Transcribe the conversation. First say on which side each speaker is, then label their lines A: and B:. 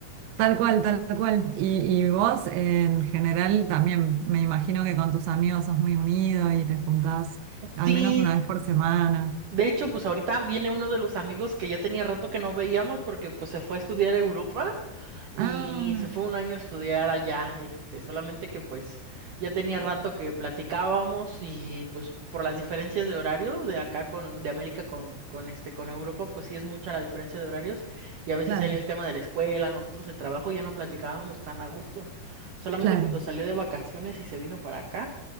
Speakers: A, on the right; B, on the right.
A: tal cual, tal cual. Y, y vos en general también, me imagino que con tus amigos sos muy unido y te juntás al
B: Sí,
A: menos una vez por semana.
B: De hecho, pues ahorita viene uno de los amigos que ya tenía rato que no veíamos porque pues se fue a estudiar a Europa y
A: Ah,
B: se fue un año a estudiar allá, este, solamente que pues ya tenía rato que platicábamos y pues por las diferencias de horarios de acá con, de América con, con este, con Europa, pues sí es mucha la diferencia de horarios y a veces
A: claro,
B: él el tema de la escuela, nosotros el trabajo, ya no platicábamos tan a gusto. Solamente
A: claro.
B: cuando salió de vacaciones y se vino para acá.